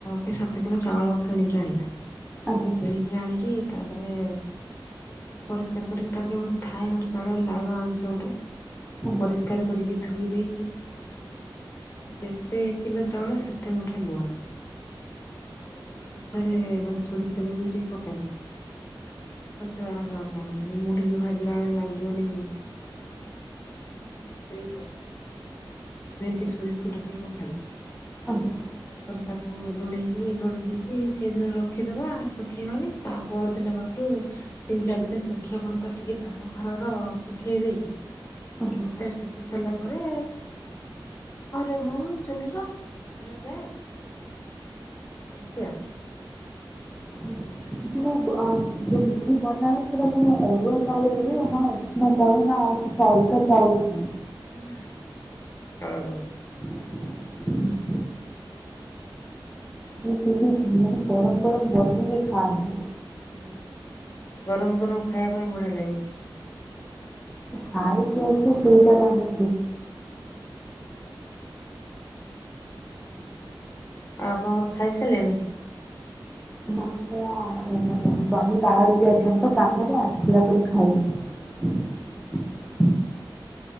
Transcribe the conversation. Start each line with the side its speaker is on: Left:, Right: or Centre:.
Left: କି ସାତ କର ଚାଉଳ କିଣିକି ଆଣିବା
Centre: ଆଜ୍ଞା
Left: କିଣିକି ଆଣିକି ତାପରେ ପରିଷ୍କାର କରିକି ତା ଗେ ଗୋଟେ ଥାଏ, ଗୋଟେ ଜ ଚାଳ ଲାଳଆ ଆଣୁଛ ଗୋଟେ
Centre: ଆଜ୍ଞା ଆଜ୍ଞା ହୁଁ,
Left: ପରିଷ୍କାର କରିକି ଧୋଇ ଦେଇ ତାପରେ ଯେତେ କିଲୋ ଚାଉଳ ସେତେ ମୁଠା ଲୁଣ ଆଉ ସେଇ ଅନୁସାରେ ମାନେ ସୋରିଷ ତେଲ ବି ଟିକେ ପକାଯାଏ ଖସୁର ହେବା ପାଇଁ ମୁଢି ଯୋଉ ଭାଜି ଲା ବେଳେ ଲାଗିବନି କଠ ଖସରିକି ପଡି ଆସିବ ସେ ପେଣ୍ଟି ସଷ ତେଲୋଟି ମ ଖାଜା
Centre: ଆଜ୍ଞା
Left: ତାପରେ ତାକୁ ଲୁଣିଇ ଲୁଣି ଦେଇକି ସେଦିନ ରଖିଦବା, ଶୁଖେଇବାନି ତା ପର ଦିନ ପାଖରୁ ତିନି ଚାରି ଦିନ ମେ ଶୁଖିବା ପନ୍ତ ଟିକେ ଟାଣ ଖର ର ଶୁଖେଇ ଦେଇକି ତାପରେ
Centre: ଆଜ୍ଞା ହୁଁ,
Left: ଶୁଖେଇ ସାରିଲା ପରେ ଘରେ ହଉ ଚୁଲିର ଭଜା ଯାଏ। ଏମତିଆ
Centre: ହୁଁ। ଯୋଉ ଯୋଉ ମୁରି ବନା ସେଟା କଣ ଅରୁଆ ଚାଉଳ ହୁଏ, ନା ଉନା ଚାଉଳ ନା ଆଉ ଚାଉଳ କା ଚାଉଳ?
Left: ନା ନା ଉଷ୍ଣ ଚାଉଳ ରେ ହୁଏ।
Centre: ହୁଁ। ମୁଁ ସେଠି ଗରମ ଗରମ ବନୁ କି ଖାଏ।
Left: ହୁଁ ଗରମ ଗରମ ଖାଇବା ପାଇଁ ବଢିଆ ଲାଗେ
Centre: ଚାଇ କ ସେଇଟରମ
Left: ଆଛା ଆଛା ଆଉ ଆପଣଙ୍କର ଖାଇସାରିଲେଣି?
Centre: ନା ମଁ ମାନେ ସ୍ଵାମୀ ବାହାରୁକୁ ଯାଇଛନ୍ତି, ତ କାମରେ ଆସିଥିଲା ପରେ ଖାଇବ <inaudible>
Left: ଉଁ ହୁଁ,